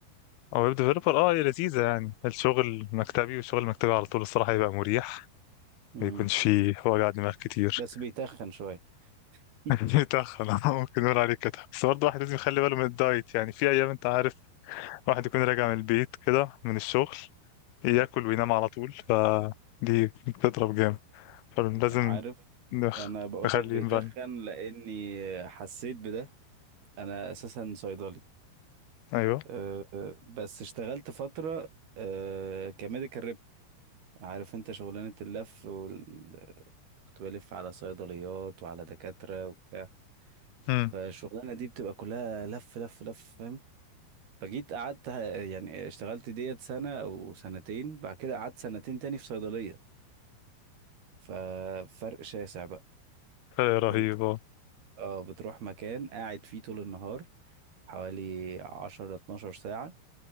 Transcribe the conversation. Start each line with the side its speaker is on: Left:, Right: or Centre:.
Left: او ويب ديفلوبر اه هي لذيذه يعني الشغل مكتبي والشغل المكتبي على طول الصراحه يبقى مريح
Right: مم.
Left: ما يكونش فيه وجع دماغ كتير
Right: بس بيتخن شويه <laughs>
Left: <laughs> بيتخن آه، ممكن نقول عليه كده بس برضه الواحد لازم يخلي باله من الدايت يعني في ايام انت عارف واحد يكون راجع من البيت كده من الشغل ياكل وينام على طول فدي بتضرب جامد فلازم
Right: عارف
Left: نخ...
Right: انا بقول
Left: نخليه
Right: لك بيتخن
Left: ينبان
Right: لاني حسيت بده انا اساسا صيدلي
Left: ايوه
Right: أه، أه، بس اشتغلت فتره أه، كميديكال ريب عارف انت شغلانه اللف وال... كنت بلف على صيدليات وعلى دكاتره وبتاع
Left: امم
Right: فالشغلانه دي بتبقى كلها لف لف لف فاهم فجيت قعدت ه- يعني اشتغلت ديت سنة أو سنتين بعد كده قعدت سنتين تاني في صيدلية ففرق شاسع بقى
Left: فرق رهيب
Right: انت
Left: اه
Right: اه بتروح مكان قاعد فيه طول النهار حوالي 10 12 ساعة